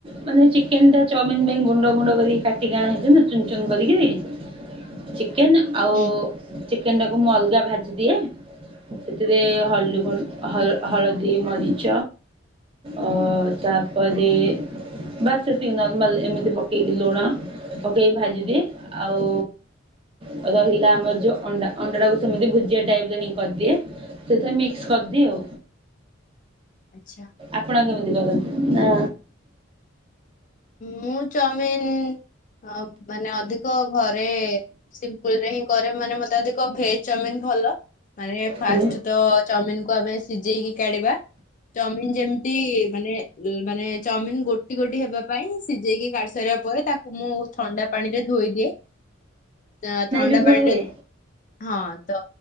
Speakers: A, on the right; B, on the left.
A: ମାନେ ଚିକେନ ଚଉମିନ ପାଇଁ ଗୁଣ୍ଡ ଗୁଣ୍ଡ କରି କାଟିକିଣା ଆଣନ୍ତି ନା ଚୁନ ଚୁନ କରିକିରି। ଚିକେନ୍ ଆଉ
B: ହୁଁ
A: ଚିକେନଟାକୁ ମୁଁ ଅଲଗା ଭାଜିଦିଏ। ଏଥିରେ ହଳଦୀ ଗୁଣ୍ଡ ହଳ ହଳଦୀ ମରିଚ ଅ ତାପରେ ବାସ ସେତିକି ଥାଉ। ଏମିତି ପକେଇକି ଲୁଣ ପକେଇକି ଭାଜିଦିଏ ଆଉ ଆଉ ରହିଲା ଆମର ଯୋଉ ଅଣ୍ଡା ଅଣ୍ଡାଟାକୁ ସେମିତି ଭୁଜିଆ ଟାଇପ ର ହିଁ କରିଦିଏ। ସେଥିରେ ମିକ୍ସ କରିଦିଏ ଆଉ।
B: ଆଚ୍ଛା।
A: ଆପଣ କେମିତି କରନ୍ତି ନା
B: ମୁଁ ଚାଉମିିନ ହଁ ମାନେ ଅଧିକ ଘରେ ସିମ୍ପଲ ରେ ହିଁ କରେ ମାନେ ମତେ ଅଧିକ ଭେଜ ଚାଉମିନ ଭଲ ମାନେ ଫାଷ୍ଟ
A: ହଁ
B: ତ ଚାଉମିିନ କୁ ଆମେ ସିଝେଇକି କାଢିବା ଚାଉମିିନ ଯେମିତି ମାନେ ମାନେ ଚାଉମିନ ଗୋଟି ଗୋଟି ହେବା ପାଇଁ ସିଝେଇକି କାଢି ସାରିବା ପରେ ତାକୁ ମୁଁ ଥଣ୍ଡା ପାଣି ରେ ଧୋଇ ଦିଏ। ତ ଥଣ୍ଡା
A: ବି ଧୁଆ
B: ପାଣିରେ
A: ହୁଏ
B: ହଁ ତ